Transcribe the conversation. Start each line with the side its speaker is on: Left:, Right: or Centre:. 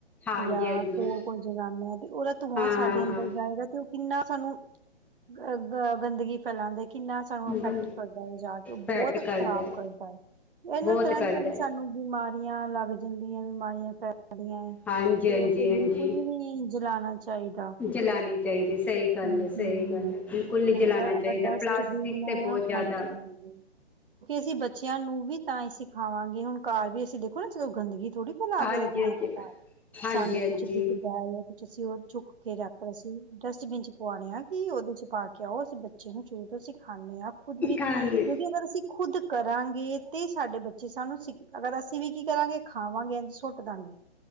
Centre: ਹਾਂਜੀ
Right: ਯਾ
Centre: ਹਾਂਜੀ
Right: ਕੋਲ ਕੋਲ ਜਲਾਨੇ ਆ ਤੇ ਉਹਦਾ ਧੂੰਆਂ
Centre: ਹਾਂ
Right: ਸਾਡੇ ਅੰਦਰ
Centre: ਹਾਂ
Right: ਜਾਏਗਾ ਤੇ ਉਹ ਕਿੰਨਾ ਸਾਨੂੰ ਗ ਗ ਗੰਦਗੀ ਫੈਲਾਂਦਾ ਕਿੰਨਾ ਸਾਨੂੰ ਇਫੈਕਟ
Centre: ਹਾਂ
Right: ਕਰਦਾ ਏ ਜਾ ਕੇ ਉਹ
Centre: ਪੈਟ
Right: ਬਹੁਤ
Centre: ਕਰਦਾ
Right: ਖ਼ਰਾਬ ਕਰਦਾ ਏ ਇਹ ਨਾਲ
Centre: ਬਹੁਤ
Right: ਤਰ੍ਹਾਂ
Centre: ਕਰਦਾ
Right: ਤਰ੍ਹਾਂ ਦੀ ਸਾਨੂੰ ਬਿਮਾਰੀਆਂ ਲੱਗ ਜਾਂਦੀਆਂ ਬਿਮਾਰੀਆਂ ਫੈਲਦੀਆਂ
Centre: ਹਾਂਜੀ
Right: ਤੇ
Centre: ਹਾਂਜੀ
Right: ਉਹ ਤੇ
Centre: ਹਾਂਜੀ
Right: ਬਿਲਕੁਲ ਵੀ ਨੀ ਜਲਾਣਾ ਚ <unintelligible> ਚਾਹੀਦਾ <unintelligible>
Centre: ਜਲਾਉਣੀ ਚਾਹੀਦੀ ਸਹੀ ਗੱਲ
Right: ਹਮ
Centre: ਹੈ
Right: ਹਮ
Centre: ਸਹੀ ਗੱਲ ਹੈ ਬਿਲਕੁਲ ਨਹੀਂ
Right: ਹੁੰਦਾ
Centre: ਜਲਾਉਣਾ ਚਾਹੀਦਾ
Right: ਅਗਰ ਡਸਟਬੀਨ
Centre: ਪਲਾਸਟਿਕ
Right: ਨਾ
Centre: ਤੇ ਬਹੁਤ ਜ਼ਿਆਦਾ
Right: ਹਾਂਜੀ ਹਾਂਜੀ ਕਿ ਅਸੀਂ ਬੱਚਿਆਂ ਨੂੰ ਵੀ ਤਾਂ ਹੀ ਸਿਖਾਵਾਂਗੇ ਹੁਣ ਘਰ ਵੀ ਅਸੀਂ ਦੇਖੋ ਨਾ ਚਲੋ ਗੰਦਗੀ ਥੋੜ੍ਹੀ ਫੈਲਾ
Centre: ਹਾਂਜੀ
Right: ਕੇ ਰੱਖਣੀ
Centre: ਹਾਂਜੀ
Right: ਆ
Centre: <unintelligible>
Right: ਘਰ। ਸਾਨੂੰ
Centre: ਹਾਂਜੀ
Right: ਕੁਛ ਦਿਖਦਾ ਜਾਂ ਕੁਛ ਅਸੀਂ ਉਹ ਚੁੱਕ ਕੇ ਰੱਖ ਰਹੇ ਸੀ ਡਸਟਬਿਨ ਚ ਪਵਾਣੇ ਆ ਕਿ ਉਹਦੇ ਚ ਪਾ ਕੇ ਆਓ ਅਸੀਂ ਬੱਚੇ ਨੂੰ ਸ਼ੁਰੂ ਤੋਂ ਸਿਖਾਨੇ ਆ ਖੁਦ ਵੀ
Centre: ਖਾਣ
Right: ਕਿਉਂਕਿ ਅਗਰ ਅਸੀਂ ਖੁਦ ਕਰਾਂਗੇ ਤੇ ਸਾਡੇ ਬੱਚੇ ਸਾਨੂੰ ਸਿੱਖ ਅਗਰ ਅਸੀਂ ਵੀ ਕੀ ਕਰਾਂਗੇ ਖਾਵਾਂਗੇ ਸੁੱਟ ਦਾਂਗੇ